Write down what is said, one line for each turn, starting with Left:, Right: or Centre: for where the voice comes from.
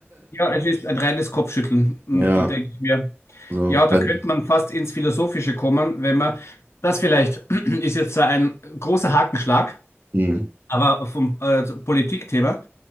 Left: Ja, es ist ein reines Kopfschütteln. Und
Right: Ja,
Left: da denke ich mir,
Right: so,
Left: ja, da
Right: bei,
Left: könnte man fast ins Philosophische kommen, wenn man, das vielleicht <clears throat> ist jetzt zwar ein großer Hakenschlag,
Right: mhm,
Left: aber vom äh, Politikthema.